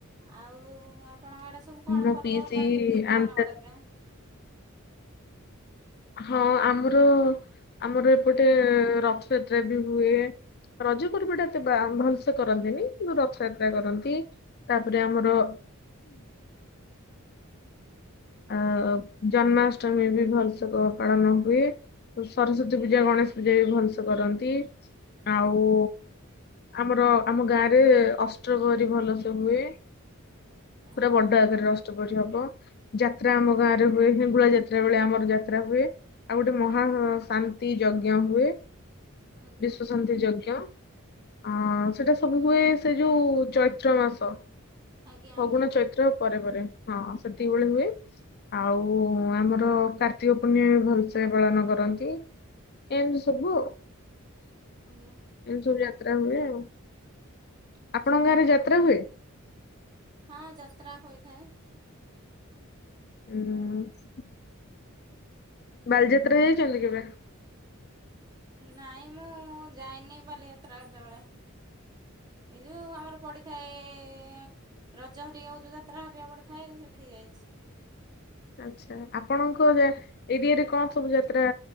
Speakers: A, on the right; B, on the left.
A: ଆଉ ଆପଣଙ୍କ ଆଡେ ସବୁ କଣ
B: ମୋ
A: ପର୍ବପର୍ବାଣି
B: ପିଇସି
A: ବେଶୀ ପାଳନ
B: ଆନ୍ଧ୍ରା
A: କରାଯାଏ
B: ହଁ ଆମର ଆମର ଏପଟେ ରଥଯାତ୍ରା ବି ହୁଏ ରଜ ପର୍ବା ଟା ଏତେ ବା ଭଲସେ କରନ୍ତିନି କିନ୍ତୁ ରଥଯାତ୍ରା କରନ୍ତି ତାପରେ
A: ଆଜ୍ଞା
B: ଆମର ଆ ଜନ୍ମାଷ୍ଟମୀ ବି ଭଲ ଉତ୍ ପାଳନ ହୁଏ ସରସ୍ଵତୀ
A: ଆଜ୍ଞା
B: ପୂଜା ଗଣେଶ ପୂଜା ବି ଭଂସ କରନ୍ତି ଆଉ
A: ଆଜ୍ଞା
B: ଆମର ଆମ ଗାଁ ରେ ଅଷ୍ଟ୍ର ଭରି ଭଲସ ହୁଏ
A: ଆଜ୍ଞା
B: ପୁରା ବଡ ଆଗରେ ରଷ୍ଟ ପରି ହବ ଯାତ୍ରା ଆମ ଗାଁରେ ହୁଏ ହିଙ୍ଗୁଳା ଯାତ୍ରା ବେଳେ ଆମର ଯା ହୁଏ ଆଉ ଗୋଟେ ମହା ଶାନ୍ତି ଯଜ୍ଞ ହୁଏ
A: ଆଜ୍ଞା
B: ବିଶ୍ଵ ଶାନ୍ତି ଯଜଞ ଅ ସେଟା ସବୁ ହୁଏ ସେ ଯୋଉ ଚୈତ୍ର ମାସ
A: ଆଜ୍ଞା
B: ଫଗୁଣ
A: ଆଜ୍ଞା
B: ଚୈତ୍ର ପରେ ପରେ ହଁ ସେତିକି
A: ଆଜ୍ଞା
B: ଭଳେ ହୁଏ ଆଉ ଆମର କାର୍ତ୍ତିକ ପୂର୍ଣ୍ଣିମା ଭଲସେ ପାଳନ କରନ୍ତି ଏମିତି ସବୁ
A: ଆଜ୍ଞା
B: ଏମିତି
A: ଆଜ୍ଞା
B: ସବୁ ଯାତ୍ରା ହୁଏ ଆଉ
A: ଆଚ୍ଛା
B: ଆପଣଙ୍କ ଗାଁରେ ଯାତ୍ରା ହୁଏ
A: ହଁ ଯାତ୍ରା ହୋଇଥାଏ
B: ହୁଁ ବାଲିଯାତ୍ରାରେ ଯାଇଛନ୍ତି କେବେ
A: ନାଇଁ ମୁଁ ଯାଇନି ବାଲିଯାତ୍ରା କେତେବେଳେ ଏଇ ଯୋଉ ଆମର ପଡିଥାଏ ରଜ ହରିକଉ ଯୋଉ ଯାତ୍ରା ହରିବା ପଡେ ଥାଏ ସେଠି ଯାଇଛି
B: ଆଚ୍ଛା ଆପଣଙ୍କ ଯା ଏରିଆରେ କଣ ସବୁ ଯାତ୍ରା